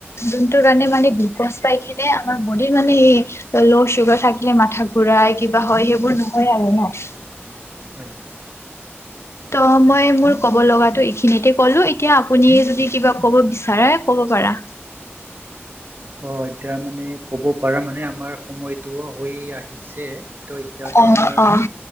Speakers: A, on the left (about 75°); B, on the right (about 50°).
A: যোনটোৰ কাৰণে মানে গ্লুকজ পাই কিনে আমাৰ বডীৰ মানে এই- ল' চুগাৰ থাকিলে মাথা ঘূৰাই কিবা হয় সেইবোৰ নহয় আৰু ন'?
B: হয়।
A: ত' মই মোৰ কব লগাটো এইখিনিতে ক'লো এতিয়া আপুনি যদি কিবা ক'ব বিচাৰে ক'ব পাৰা।
B: অ' এতিয়া মানে ক'ব পাৰা মানে আমাৰ- সময়টো হৈ আহিছে, ত' এতিয়াতো
A: অ',
B: আমাৰ-
A: অ',